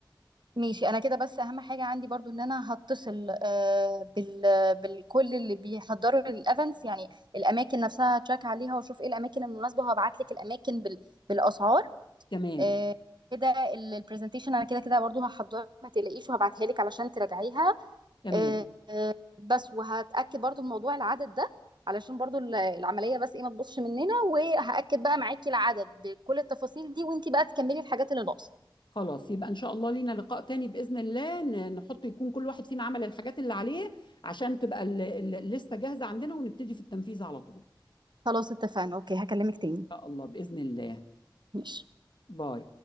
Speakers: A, on the right (about 65°); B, on the left (about 70°).
A: ماشي انا كده بس اهم حاجه عندي برضو ان انا هتصل آه، بال بالكل اللي بيحضروا الايفنتس يعني الاماكن نفسها هتشيك عليها واشوف ايه الاماكن المناسبه وهبعت لك الاماكن بال بالاسعار
B: تمام
A: آه، كده البرزنتيشن انا كده كده برضو هحضرها ما تقلقيش وهبعتها لك علشان تراجعيها
B: تمام
A: آه، آه، بس وهتاكد برضو من موضوع العدد ده علشان برضو ال- العمليه بس ايه ما تبصش مننا وهاكد بقى معاكي العدد بكل التفاصيل دي وانتي بقى تكملي الحاجات اللي ناقصه
B: خلاص يبقى ان شاء الله لينا لقاء تاني باذن الله ن- نحط يكون كل واحد فينا عمل الحاجات اللي عليه عشان تبقى ال- ال- الليسته جاهزه عندنا ونبتدي في التنفيذ على طول ان
A: خلاص اتفقنا اوكي هكلمك تاني
B: شاء الله باذن الله
A: ماشي
B: باي